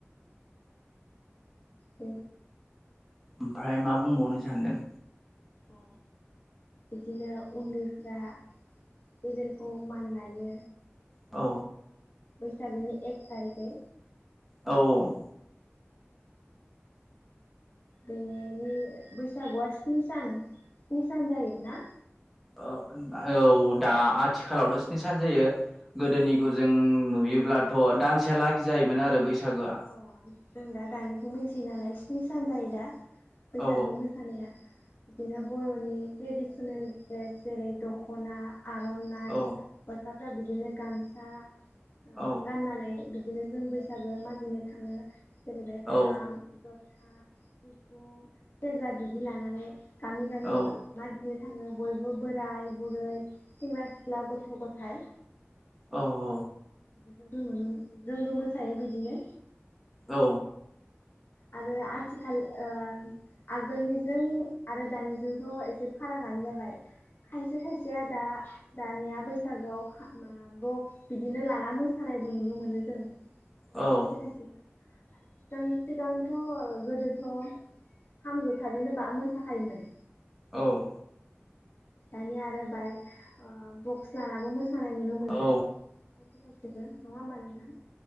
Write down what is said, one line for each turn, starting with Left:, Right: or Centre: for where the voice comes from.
Left: बे
Centre: ओमफाय मा बुंबावनो सानदों?
Left: औ बिदिनो उन्दैफ्रा गेदेरखौ मान लायो।
Centre: औ
Left: बैसागोनि एक थारिखै।
Centre: औ औ।
Left: बेनि बैसागुआ स्नि सान स्नि सान जायोना?
Centre: औ औ दा आथिखालावथ' स्नि सान जायो। गोदोनिखौ
Left: अ
Centre: जों नुयोब्लाथ' दानसेयालागै जायोमोन आरो बैसागोआ।
Left: अ जों दा दानिखौ मिनथियो नालाय स्नि सान जायो दा बैसागो
Centre: औ
Left: मो सानाया बिनो बर'नि ट्रेडिसनेल द्रेस जेरै दख'ना आर'नाइ
Centre: औ
Left: हौवासाफ्रा बिदिनो गामसा ओ
Centre: औ
Left: गाननानै बिदिनो जों बैसागो मागिनो थाङो जेरै
Centre: औ
Left: खाम जथा, सिफुं, सेरजा, बिदि लानानै गामि गामि
Centre: औ
Left: मा मागिनो थाङो बयबो बोराय बुरै, सेंग्रा सिख्ला, गथ' गथाय।
Centre: औ
Left: बिदिखौ जों नुनो मोन जोंबो मोसायो बिदिनो।
Centre: औ
Left: आरो आथिखाल ओ आगोलनिजों आरो दानिजोंथ' एसे फारागानो जाबाय खायसे खायसेया दा दानिया बैसागोआव खा मा खाम बक्स बिदिनो लाना मोसानायबो नुनो मोनो जों।
Centre: औ
Left: खायसे खायसेखो सिगां सिगांथ' गोदोथ' खाम जथाजोंनो बा मोसाखायोमोन।
Centre: औ
Left: दानिया आरो बाय ओ बक्स लानाबो मोसानाय नुनो मोनो।
Centre: औ
Left: खायसे खायसेखो नङा होमबा नोंथां?